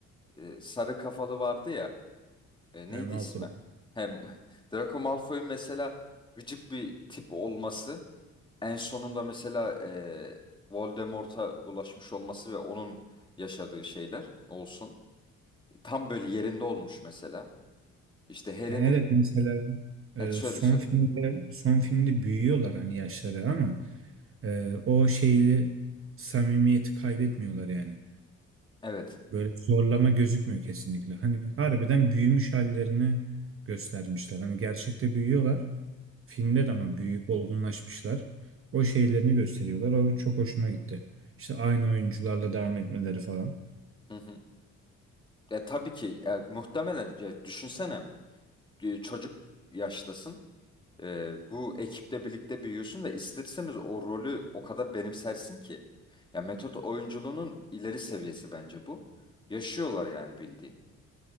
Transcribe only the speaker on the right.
E,
Malfoy.
Yani evet mesela e,
son
filmde son filmde büyüyorlar hani yaşları ama Ee, o şeyi samimiyeti kaybetmiyorlar yani.
Böyle zorlama gözükmüyor kesinlikle. Hani harbiden büyümüş hallerini göstermişler. Hani gerçekte büyüyorlar. Filmde de ama büyüyüp olgunlaşmışlar. O şeylerini gösteriyorlar. O çok hoşuma gitti. İşte aynı oyuncularla devam etmeleri falan.